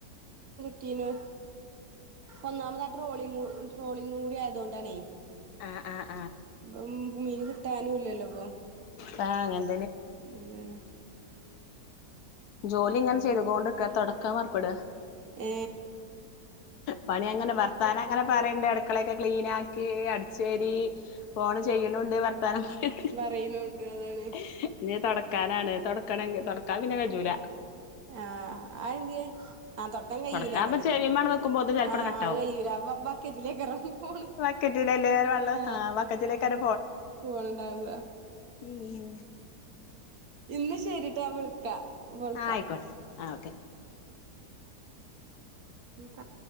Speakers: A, on the right (about 65°); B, on the left (about 70°).
A: ട്ടീന് ഒന്നാമത് ആ ട്രോളിംങ്ങു ട്രോളിങ്ങുടി ആയതോണ്ടാണേ
B: അആ
A: ഇപ്പം മീന് കിട്ടാനൂല്ലല്ലോ പ്പോ
B: താങ്ങൻ
A: എന്താണ്
B: ജോലിങ്ങനെ ചെയ്ത്കോണ്ട്ക്ക തൊടക്കാം പർപ്പെടാ
A: ഏ
B: പണിയങ്ങനെ വർത്താങ്ങനെ പറീണ്ട ട ക്കളക്കെ ക്ലീനാക്കി അട്ച്ചേരി ഫോണ് ചെയ്യ്ണുണ്ട് വർ ത്താനം പറി
A: പറയ്ണുണ്ട് അതാണ്
B: <unintelligible> ഇനി തൊടക്കാനാണ് തൊട്ക്കണെങ്കി തൊടക്കാൻ പിന്നെ ജൂലാ
A: ആ അഅ്ന്ത്യേ ആ തൊടക്കാൻ കഴിയൂല്ല
B: തൊടക്കാപ്പൊ
A: ങ്ങനെ
B: ചെവിമാണ്ട് വെക്കുമ്പോത്തിന് ചെൽപ്പണ്ട്
A: ആ
B: കട്ടാവും
A: അഅ് കയ്യൂല്ല ബ ബക്കറ്റിലെക്കാരം ഫോണ്
B: ബക്കറ്റിലല്ലേ വെള്ളം
A: ആ
B: ബക്കറ്റിലേക്കാണ്
A: ഫോണ്‌ണ്ടാവ
B: ഈം
A: ഇന്ന ശെരീട്ടോ ഞാ വിൾക്കാ വിൾക്കാം
B: ആ ആയിക്കോട്ടെ ആ ഓക്കെ
A: ഉം പ